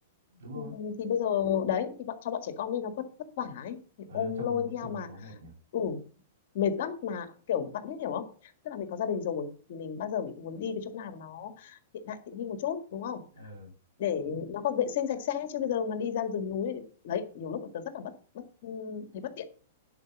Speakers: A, on the right; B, on the left.
A: đúng rồi
B: Ừ, thì bây giờ đấy thì bọn cho bọn trẻ con đi nó vất vất vả ấy thì
A: ừ,
B: ôm
A: nếu trông
B: lôi theo
A: trông
B: mà
A: cho nó mệt nhỉ
B: ừ mệt lắm mà kiểu bạn biết hiểu không tức là mình có gia đình rồi thì mình bao giờ mình cũng muốn đi cái chỗ nào mà nó hiện đại tiện nghi một chút đúng không
A: ừ.
B: để nó còn vệ sinh sạch sẽ chứ bây giờ mà đi ra rừng núi thì- đấy nhiều lúc tớ rất là bất bất thấy bất tiện